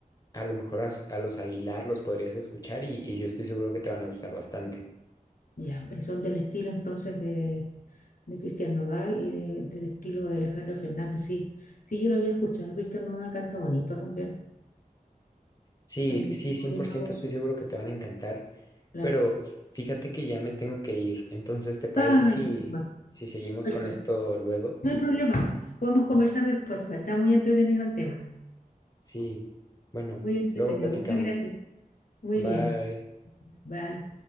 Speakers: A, on the left; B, on the left.
A: a lo mejor a, s- a los Aguilar los podrías escuchar y, y yo estoy seguro que te van a gustar bastante.
B: Ya, pues son del estilo entonces de, de Cristian Nodal y de- del estilo de Alejandro Fernández, sí. Sí, yo lo había escuchado. Cristian Nodal canta bonito también.
A: Sí,
B: También
A: sí,
B: tiene
A: cien
B: bonita
A: por ciento
B: voz,
A: estoy seguro que te van a encantar,
B: claro.
A: pero fíjate que ya me tengo que ir. Entonces, ¿te parece
B: Ay,
A: si,
B: bueno,
A: si seguimos
B: perfecto.
A: con esto luego?
B: No hay problema. Podemos conversar después. Está muy entretenido el tema.
A: Sí, bueno,
B: Muy entretenido.
A: luego platicamos.
B: Muchas gracias. Muy
A: Bye.
B: bien. Bye.